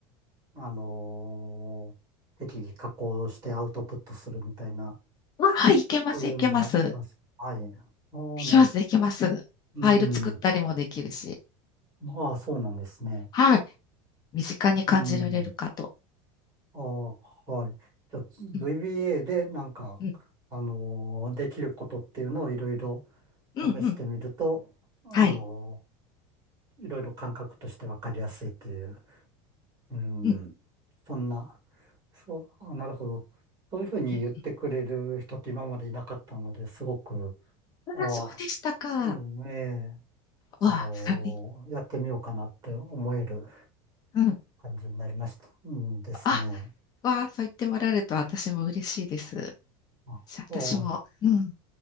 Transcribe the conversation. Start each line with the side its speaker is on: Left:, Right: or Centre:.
Right: あの適宜加工してアウトプットするみたいな、
Left: はい、いけます、
Right: そういうのがいきます。
Left: いけます。
Right: はい。ああ、
Left: できます、
Right: なるほ
Left: できます。ファイル作ったりもできるし。
Right: ど。うん。ああ、そうなんですね。
Left: はい。身近に感じられるかと。
Right: うん。ああ、はい。じゃあ、
Left: うん、
Right: VBA でなんか、
Left: うん、
Right: あのーできることっていうのをいろいろ
Left: うん、
Right: 試してみると、
Left: うん。
Right: あの
Left: はい。
Right: ーいろいろ感覚としてわかりやすいっていう、うん、
Left: うん、
Right: そんな、そう、あ、なるほど。そういうふうに言ってくれる人って今までいなかったので、
Left: うん。
Right: すごく、
Left: あ、
Right: ああ、
Left: そうでしたか。
Right: うん、
Left: わ
Right: ええ、
Left: あ、
Right: あのーやってみようかなって思える
Left: はい。うん。
Right: 感じになりました。うんですね。
Left: あ、わあ、そう言ってもらえると私も嬉しいです。
Right: あ、
Left: じゃあ私も、
Right: ああ、
Left: うん、